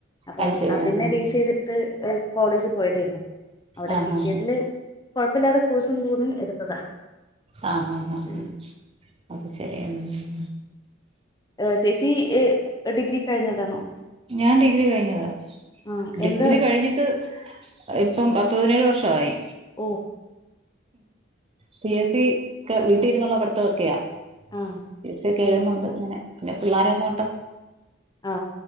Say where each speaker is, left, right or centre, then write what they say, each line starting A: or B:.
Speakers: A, on the left; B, on the right.
A: അപ്പം
B: അത് ശരി
A: അതിനെ
B: ആ ആ
A: ബേസ് ചെയ്തിട്ട് കോളേജിൽ പോയതേര്ന്നു അവിടെ
B: ആ ആ
A: കിട്ടിയതില് കുഴപ്പല്ലാതെ കോഴ്സും <unintelligible> എടുത്തതാ
B: ആ ഹാ ഹാ
A: ഉം
B: ഹാ അത് ശെരിയ <unintelligible>
A: അ ചേച്ചി ഡിഗ്രി കഴിഞ്ഞതാണോ
B: ഞാൻ ഡിഗ്രി കഴിഞ്ഞതാ
A: ആ
B: ഡിഗ്രി
A: എന്താ
B: കഴിഞ്ഞിട്ട് ഇപ്പം പ് തിനേഴ് വർഷായി
A: ഓ
B: പി എസ് സി ക്കെ വീട്ടീരുന്നുള്ള പഠിത്തൊക്ക്യാ
A: ആ
B: പി എസ് സി ഒക്കെഴുതുന്നുണ്ട്
A: എ-
B: ഇങ്ങനെ പിന്നെ പിള്ളാരെ
A: ഉം
B: നോട്ടം
A: ആ